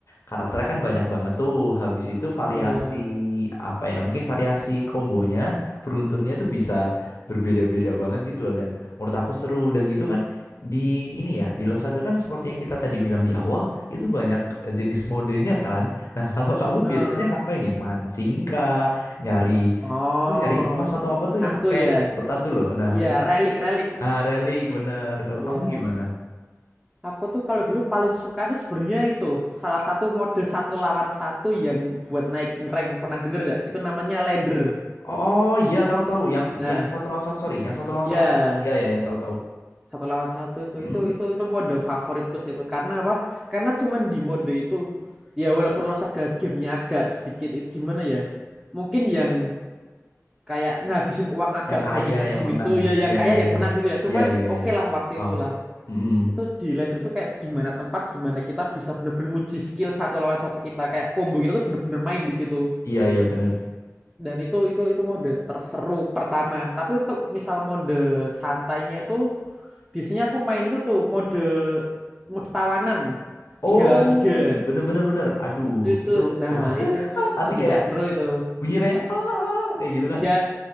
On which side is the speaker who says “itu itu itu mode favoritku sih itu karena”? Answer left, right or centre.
Centre